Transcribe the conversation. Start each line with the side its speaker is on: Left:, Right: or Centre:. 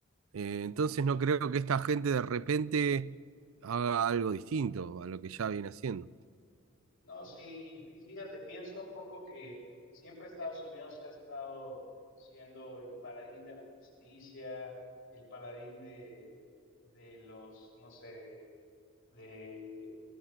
Right: Eh, entonces no creo que esta gente de repente haga algo distinto a lo que ya viene haciendo.
Left: No, sí, y, y fíjate, pienso un poco que siempre Estados Unidos ha estado siendo el paladín de la justicia, el paladín de, de los, no sé, de,